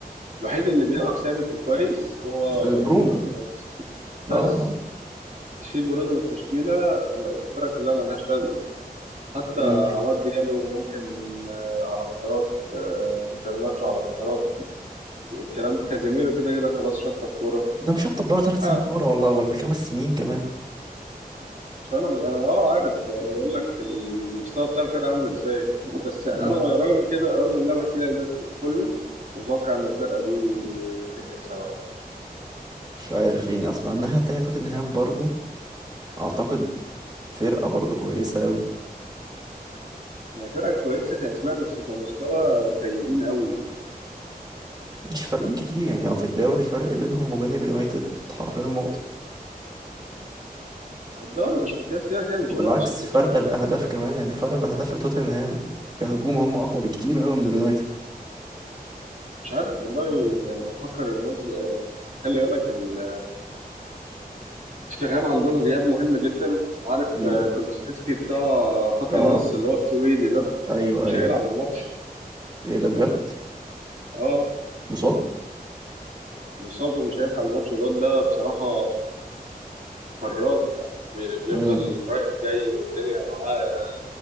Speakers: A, on the right; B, on the right.
A: الوحيد اللي بيلعب ثابت وكويس هو
B: في برونو
A: برونو فرنانديز بس
B: اه آه.
A: تشيل برونو من التشكيلة الفرقة كلها ملهاش لازمة حتى
B: مم.
A: عماد ديالو ممكن آه، على فترات آه، جرناتشو على فترات الكلام كازيميرو كده كده خلاص شطب كورة
B: ده مشطب بره ثلاث
A: آه،
B: سنين كوره والله ولا خمس سنين كمان
A: فانا انا اه عارف انا بقول لك المستوى بتاع الفرقه عامل ازاي بس انا
B: مم.
A: رغم كده رغم اللي انا بحكي لك ده كله متوقع ان الفرقه دي ممكن تكسب عادي
B: مش عارف يعني اصلا الناحيه التانيه توتنهام برضو اعتقد فرقه برضو كويسه اوي
A: ما هي فرقه كويسه كاسماء بس كمستوى سيئين قوي
B: مش فارقين كتير يعني هو في الدوري فرق بينهم وبين اليونايتد حرفيا نقطه
A: الدوري مش مقياس كده كده الاثنين
B: وبالعكس
A: وحش الاثنين
B: فرق الاهداف كمان يعني فرق الاهداف لتوتنهام كهجوم هم اقوى بكتير اوي من اليونايتد
A: مش عارف والله انا بفكر الناس آه، اصل خلي بالك ال- توتنهام عندهم غياب مهم جدا عارف
B: مم.
A: آه، كولوسفسكي بتاع خط
B: اه
A: النص اللي هو السويدي ده
B: ايوه
A: مش
B: ايوه
A: هيلعب الماتش
B: ايه ده بجد
A: اه
B: مصاب
A: مصاب ومش هيلحق الماتش الواد ده بصراحة فراك بي- بيفضل
B: مم.
A: رايح جاي والدنيا معاه